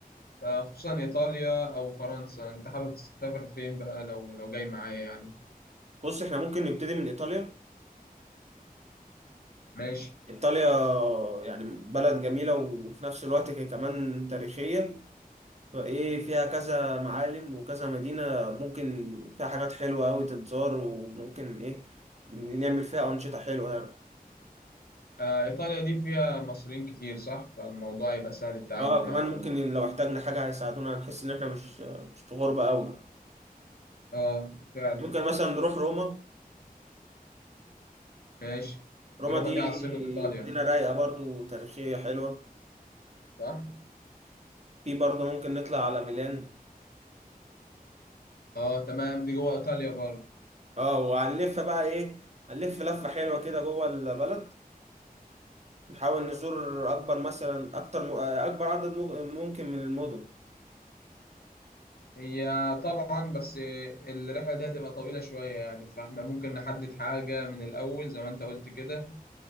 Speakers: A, on the left (about 80°); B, on the right (about 45°).
A: فخصوصا ايطاليا او فرنسا انت حابب تسافر فين بقى لو لو جاي معايا يعني
B: بص احنا ممكن نبتدي من ايطاليا
A: ماشي
B: ايطاليا يعني بلد جميلة وفي نفس الوقت هي كمان تاريخية فايه فيها كذا معالم وكذا مدينة ممكن فيها حاجات حلوة أوي تتزار وممكن ايه نعمل فيها أنشطة حلوة يعني
A: آه، ايطاليا دي فيها مصريين كتير صح فالموضوع يبقى سهل التعامل
B: اه
A: يعني
B: كمان
A: ولا
B: ممكن لو احتاجنا حاجة هيساعدونا هنحس ان احنا مش مش في غربة أوي
A: اه فعلا
B: ممكن مثلا نروح روما
A: ماشي
B: روما
A: روما
B: دي
A: دي عاصمة ايطاليا
B: مدينة رايقة برضو تاريخية حلوة
A: صح
B: في برضه ممكن نطلع على ميلان
A: اه تمام دي جوه ايطاليا برضه
B: اه وهنلف بقى ايه هنلف لفة حلوة كده جوه البلد نحاول نزور اكبر مثلا اكتر م... اكبر عدد مج- ممكن من المدن
A: هي طبعا بس الرحلة دي هتبقى طويلة شوية يعني فاحنا ممكن نحدد حاجة من الأول زي ما أنت قلت كده